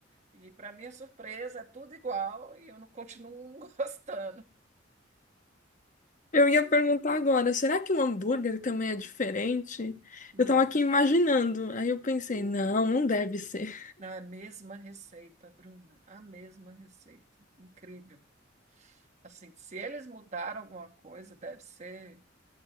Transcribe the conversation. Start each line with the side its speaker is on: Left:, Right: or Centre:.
Right: E para minha surpresa, é tudo igual e eu não continuo <laughs> gostando.
Left: Eu ia perguntar agora, será que o hambúrguer também é diferente?
Right: Não.
Left: Eu tava aqui imaginando, aí eu pensei, não, não deve ser.
Right: Não, é a mesma receita, Bruna, a mesma receita. Incrível. Assim, se eles mudaram alguma coisa, deve ser